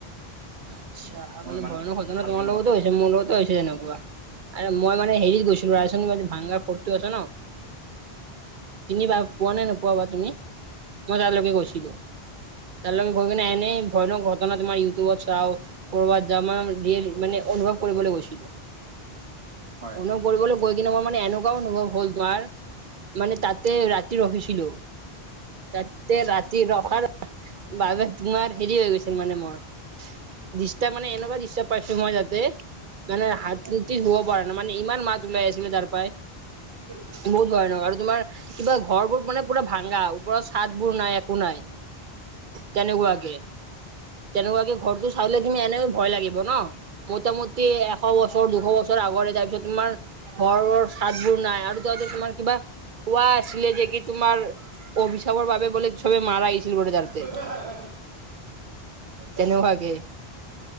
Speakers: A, on the right (about 55°); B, on the right (about 85°).
A: আচ্ছা মানে
B: ইমান
A: ভয় ন, খতৰা
B: ভালকে
A: তোমাৰ
B: মনত
A: লগতোছে
B: নাই
A: মোৰ লগতোছে। <unintelligible> তেনেকুৱা মই মানে হেৰিত গৈছিলো ৰা ভাংগাৰ ফটো আছে ন। তিনিবাৰ পোৱা নাই নোপোৱা বা তুমি মই তালৈকে গৈছিলো। তালকে গৈ কিনে‌ এনেই ভয় ন, ঘটনা তোমাৰ ইউটউবত আও‌ কৰবাত যা মানে অনুভৱ কৰিবলৈ গৈছিলো
B: হয়।
A: অনুভৱ কৰিবলৈ গৈ কিনে মোৰ মানে এনেকুৱাও অনুভৱ হ'ল তোমাৰ মানে তাতে ৰাতি ৰখিছিলো। তাতে ৰাতি ৰখাৰ বাবে তোমাৰ হেৰি হৈ গৈছিল মানে মোৰ। ডিষ্টাৰ মানে এনেকুৱা ডিষ্টাৰ পাইছো মই তাতে। মানে হাতটোদি শুব পৰা নাই মানে ইমান মাত ওলাই আছিলে তাৰ পৰাই।
B: <inaudible>
A: বহুত ভয় নহআৰু তোমাৰ কিবা ঘৰবোৰ মানে পুৰা ভাংগা। ওপৰত চাদবোৰ নাই। একো নাই তেনেকুৱাকে-তেনেকুৱাকে। টো চাইলে তুমি এনেও ভয় লাগিব ন। মোটামুটি এশ বছৰ, দুশ বছৰ আগৰে তাৰপিছত তোমাৰ ঘৰৰ ছাদবোৰ নাই আৰু তাতে তোমাৰ কিবা কোৱা আছিলে যে কি তোমাৰ অভিশাপৰ বাবে বোলে চবে মাৰাছিল চিল জালতে।
B: উম।
A: তেনেকুৱাকে।